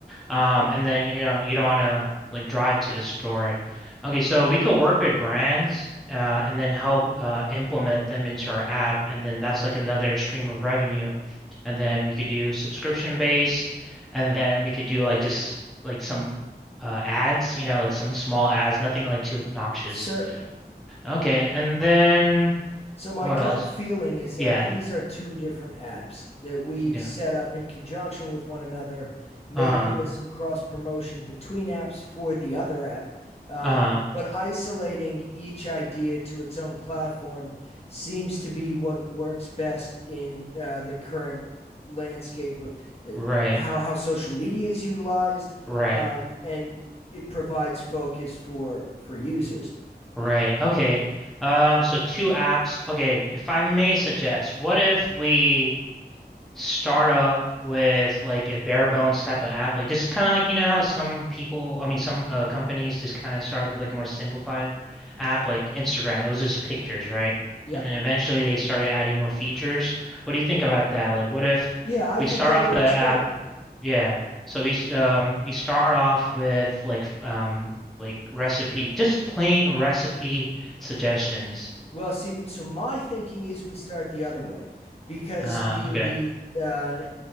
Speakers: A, in the centre; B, on the left.
A: Um, and then you know you don't want to like drive to the store. Okay. So we could work with brands, uh, and then help uh implement them into our app, and then that's like another stream of revenue. And then we could do subscription based, and then we could do like just like some uh ads. You know, like some small ads, nothing like too obnoxious.
B: Certainly.
A: Okay, and then
B: So my
A: what
B: gut
A: else?
B: feeling is that
A: Yeah,
B: these are two different apps that we
A: yeah.
B: set up in conjunction with one another. Maybe
A: Uh-huh.
B: there's some cross promotion between apps for the other app, um,
A: Uh-huh.
B: but isolating each idea to its own platform seems to be what works best in uh, the current landscape of uh,
A: Right,
B: how how social media is utilized,
A: right,
B: um, and it provides focus for for users.
A: right. Okay. Um, so two apps. Okay, if I may suggest, what if we start up with like a bare bones type of app? Like just kind of like you know how some people, I mean some uh, companies just kind of start with like a more simplified app like Instagram. It was just pictures, right?
B: Yeah.
A: And then eventually they started adding more features. What do you think about that? Like what if
B: Yeah, I
A: we
B: think
A: start
B: that
A: off
B: works
A: the app?
B: great.
A: Yeah. So we s- um we start off with like um like recipe, just plain recipe suggestions.
B: Well, see, so my thinking is we start the other way because
A: Uh
B: the
A: okay.
B: the uh,